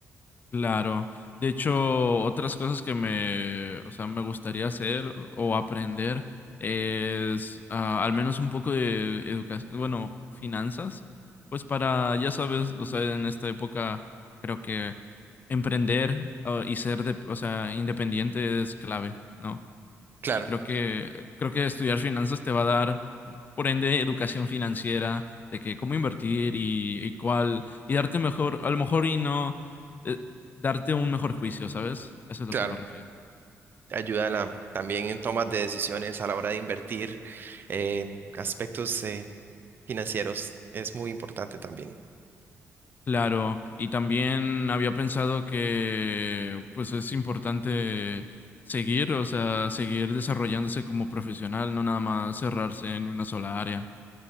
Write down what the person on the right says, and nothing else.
Claro,
claro.
Ayuda a la- también en tomas de decisiones a la hora de invertir, eh, aspectos eh, financieros es muy importante también.